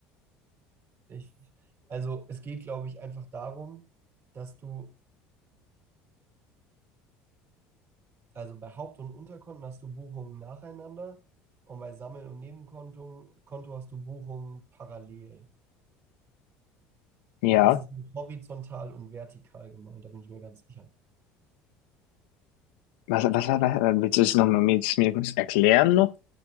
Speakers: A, on the right; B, on the left.
A: Ich, also es geht, glaube ich, einfach darum, dass du, also bei Haupt- und Unterkonten hast du Buchungen nacheinander und bei Sammel- und Nebenkonto Konto hast du Buchungen parallel.
B: Ja.
A: Das ist mit horizontal und vertikal gemeint, da bin ich mir ganz sicher.
B: Was, was war, was, äh, willst du es nochmal mir, mir kurz erklären noch?